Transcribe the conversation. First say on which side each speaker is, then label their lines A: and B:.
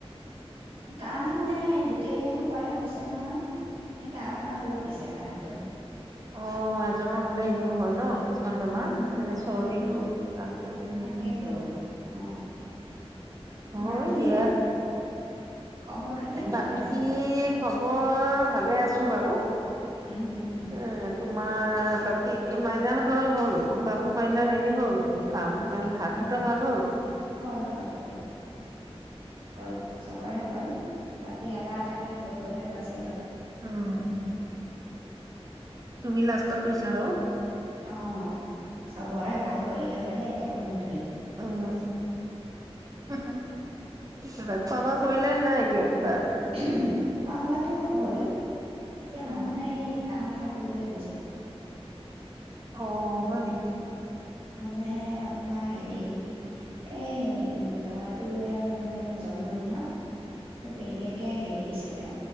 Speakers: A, on the right (about 60°); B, on the right (about 35°).
A: কাহ মানে গোটেই সোপাৰে হৈছে নহয় সেই তাৰ পৰা বিয়পিছে কাহটো
B: অ এজনৰ হ'লে এনেও হয় ন কিছুমান বেমাৰ
A: উম
B: যেনে চৰ্দিটো
A: উম
B: কাহটো উম
A: তাকেতো অ
B: হয়
A: বাকী
B: দিয়া
A: খবৰ খাতি ঠিকে
B: বাকী
A: আছে
B: খৱৰ ভালে আছো বাৰু
A: উম উম
B: এ তোমাৰ বাকী এই মাইনাহঁতৰৰ হ'ল মোৰ বাপু মাইনা হেৰি হ'ল কাম ভ সিহঁতৰ ভাল হ'ল
A: হ'ল হ'ল হ'ল হ'ল চবৰে হ'ল বাকী এটা এটাকে গৈ গৈ আৰু আছে
B: উম তুমি লাষ্টত পৰিছা আৰু
A: অ চবৰে ভাল কৰি লৈ পেলাই এতিয়া মো
B: উম হে হে কিবা খোৱা-বোৱা কৰিলে নাই এতিয়া কিবা
A: উমহ খোৱা-বোৱাটো হ'ল এতিয়া
B: উম,
A: মই মানে সেই কাম এ এটা কৰিবলে লৈছিলো
B: অ', হয় নেকি?
A: এ আপোনাৰ হেৰি এই ল'ৰাটোৰে, মানে, জন্মদিনত সেই পেহীয়েক দিছিলে।